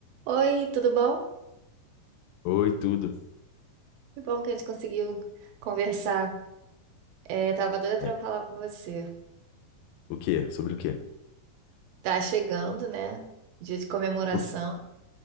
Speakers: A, on the right; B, on the left.
A: Oi, tudo bom?
B: Oi, tudo.
A: Que bom que a gente conseguiu conversar. É, tava doida para
B: É.
A: falar com você.
B: O quê? Sobre o quê?
A: Tá chegando, né? Dia de comemoração,
B: O quê?